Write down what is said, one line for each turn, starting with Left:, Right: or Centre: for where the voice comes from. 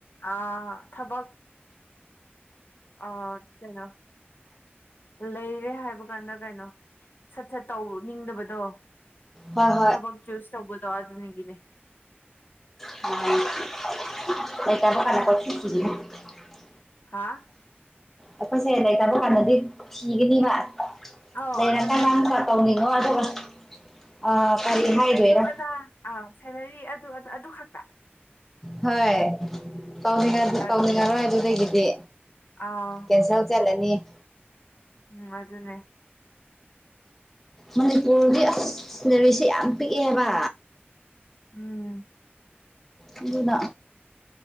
Left: ꯑꯥ ꯊꯕꯛ ꯑꯥ ꯀꯩꯅꯣ ꯂꯩꯔꯦ ꯍꯥꯏꯕ ꯀꯥꯟꯗ ꯀꯩꯅꯣ ꯁꯠ ꯁꯠ ꯇꯧ ꯅꯤꯡꯗꯕꯗꯣ
Centre: ꯍꯣꯏ ꯍꯣꯏ
Left: ꯊꯕꯛ ꯆꯨꯁ ꯇꯧꯕꯗꯣ ꯑꯗꯨ ꯅꯪꯒꯤꯅꯦ
Centre: <unintelligible>
Left: ꯍꯥꯥ
Centre: ꯑꯩꯈꯣꯏꯁꯦ ꯂꯩꯇꯕ ꯀꯥꯟꯗꯗꯤ ꯊꯤꯒꯅꯤꯕ
Left: ꯑꯧ
Centre: ꯂꯩꯔ
Left: ꯑꯗꯨꯅꯦ
Centre: ꯀꯥꯟꯗ ꯑꯝꯇ ꯇꯧꯅꯤꯡꯉꯣꯏ ꯑꯗꯨꯒ ꯑꯥ ꯀꯔꯤ ꯍꯥꯏꯗꯣꯏꯔꯥ
Left: ꯑꯗꯥ ꯑꯥ ꯁꯦꯂꯔꯤ ꯑꯗꯨ ꯑꯗꯨ ꯑꯗꯨ ꯈꯛ
Centre: ꯍꯣꯏ ꯇꯧꯅꯤꯡꯉꯗꯤ
Left: ꯇꯜꯂꯦꯕ
Centre: ꯇꯥꯎꯅꯤꯡꯉꯔꯣꯏ ꯑꯗꯨꯗꯒꯤꯗꯤ
Left: ꯑꯥꯎ
Centre: ꯀꯦꯟꯁꯦꯜ ꯆꯠꯂꯅꯤ
Left: ꯎꯝ ꯑꯗꯨꯅꯦ
Centre: ꯃꯅꯤꯄꯨꯔꯗꯤ ꯑꯁ ꯁꯦꯂꯔꯤꯁꯦ ꯌꯥꯝ ꯄꯤꯛꯑꯦ ꯍꯥꯏꯕ
Left: ꯎꯝ
Centre: ꯑꯗꯨꯅ